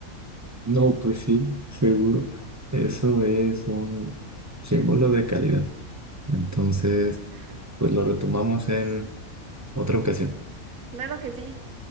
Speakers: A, on the right; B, on the right.
A: No, pues sí, seguro. Eso es un símbolo de calidad. Entonces...
B: <laughs> Ajá.
A: pues lo retomamos en otra ocasión.
B: Claro que sí.